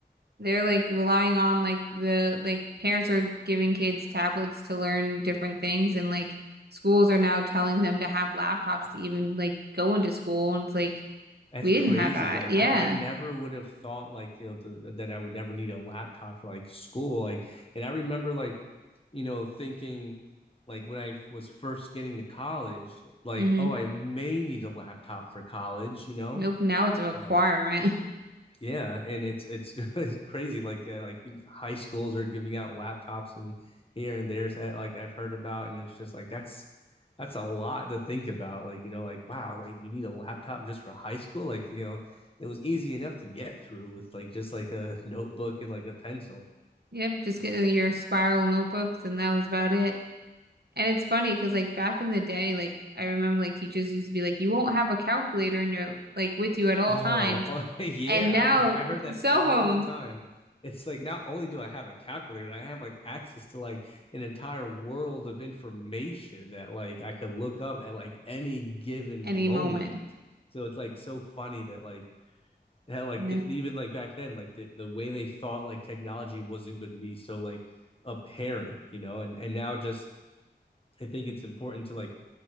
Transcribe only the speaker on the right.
They're like relying on like the like parents are giving kids tablets to learn different things and like schools are now telling them to have laptops to even like go into school and it's like
we
didn't have that.
Yeah.
Mm-hmm.
Nope, now it's a requirement.
Yep, just get uh, your spiral notebooks, and that was about it. And it's funny because like back in the day, like I remember like teachers used to be like, you won't have a calculator in your like with you at
all times.
And now
cell
phones
any
moment.
No.